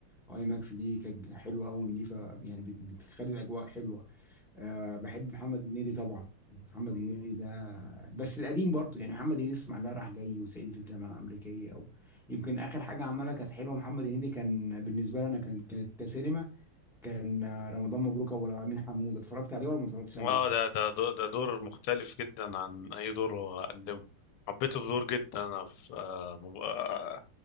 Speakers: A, in the centre; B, on the left.
A: اي ماكس دي كانت حلوه قوي ونضيفه يعني بت- بتخلي الاجواء حلوه أه بحب محمد هنيدي طبعا محمد هنيدي ده بس القديم برضه يعني محمد هنيدي اسمع ده راح جاي وصعيدي في الجامعه الامريكيه او يمكن اخر حاجه عملها كانت حلوه محمد هنيدي كان بالنسبه لي انا كان كان- كسينما كان آه، رمضان مبروك ابو العالمين حموده اتفرجت عليه ولا ما اتفرجتش
B: اه
A: عليه
B: ده ده دو- ده دور مختلف جدا عن اي دور هو قدمه حبيت الدور جدا انا في آه مب... آه